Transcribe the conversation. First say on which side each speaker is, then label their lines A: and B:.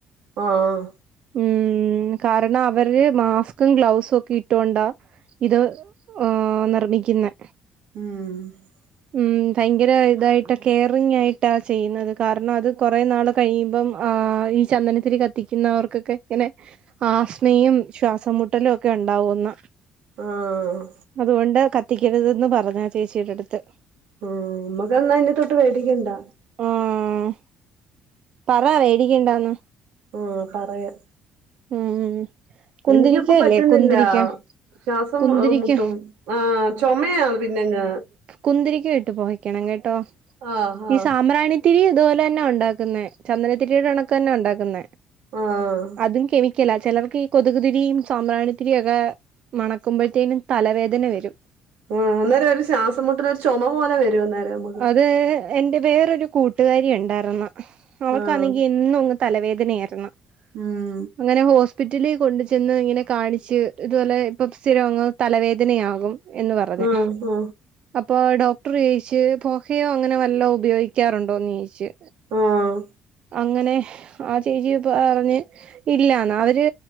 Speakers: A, on the right; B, on the right.
A: ആഹ് ആഹ്
B: ഉം കാരണം അവര് മാസ്ക്കും ഗ്ലൗസും ഒക്കെ ഇട്ടോണ്ടാ ഇത് എഹ് നിർമ്മിക്കിന്നെ.
A: ഉം
B: ഉം ഭയങ്കര ഇതായിട്ട് കെയറിങ് ആയിട്ടാ ചെയ്യ്ന്നെത് കാരണം അത് കുറെ നാൾ കഴിയിമ്പം എഹ് ഈ ചന്ദനത്തിരി കത്തിക്കുന്നവെർക്കൊക്കെ ഇങ്ങനെ ആസ് മയും ശ്വാസം മുട്ടെലും ഒക്കെ ഇണ്ടാവുംന്ന്.
A: ആഹ്.
B: അതുകൊണ്ട് കത്തിക്കെരുതെന്ന് പറഞ്ഞ് ആ ചേച്ചി എന്റെ അട്ത്ത്.
A: ആ നമ്മെക്ക് എന്നാ ഇനി തൊട്ട് വേടിക്കെണ്ടാ.
B: ആഹ് പറ വേടിക്കെണ്ടാന്ന്.
A: ആഹ് പറയാം.
B: ഉം കുന്തിരിക്ക
A: എനിക്കിപ്പോ പറ്റുന്നില്ല.
B: ഇല്ലേ കുന്തിരിക്ക
A: ശ്വാസം
B: കുന്തിരിക്ക
A: മുട്ടും ആ ചുമയാ പിന്നെങ്
B: കുന്തിരിക്കം ഇട്ട് പുകക്കണം കേട്ടോ
A: ആഹ്
B: ഈ
A: ആഹ്
B: സാമ്പ്രാണി ത്തിരി ഇതുപോലെ തന്നെ ഉണ്ടാക്കുന്നേ ചന്ദനത്തിരിയുടെ കണക്ക് തന്നെയാ ഉണ്ടാക്കുന്നേ
A: ആഹ്
B: അതും കെമിക്കല ചിലർക്ക് ഈ കൊതുക് തിരിയും സമ്പ്രാണിതിരിയും ഒക്കെ മണക്കുമ്പോഴ് തേനും തലവേധന വരും
A: ആ അന്നേരം ഒരു ശ്വാസം മുട്ടൽ ഒരു ചുമ പോലെ വരും അന്നേരം നമുക്ക്
B: അത് എന്റെ വേറൊരു കൂട്ടുകാരി ഉണ്ടായിരുന്നു അവൾക്കാന്നെങ്കി
A: ആഹ്
B: എന്നും തലവേധനയായിരുന്ന്
A: ഉം ഉം
B: അങ്ങനെ ഹോസ്പിറ്റലിൽ കൊണ്ട് ചെന്ന് ഇങ്ങനെ കാണിച്ച് ഇതുപോലെ ഇപ്പം സ്ഥിരംഅങ്ങ് തലവേധനയാകും എന്ന് പറഞ്ഞ്
A: ആഹ്
B: അപ്പൊ ഡോക്ടർ ചോയിച്ച് പൊഘയോ അങ്ങനെ വല്ലോം ഉപയോഗിക്കാറുണ്ടോന്ന് ചോയ്ച്ചു
A: ആഹ്
B: അങ്ങനെ ആ ചേച്ചി ഇപ്പൊ അറിഞ്ഞ് ഇല്ലാന്ന് അവര്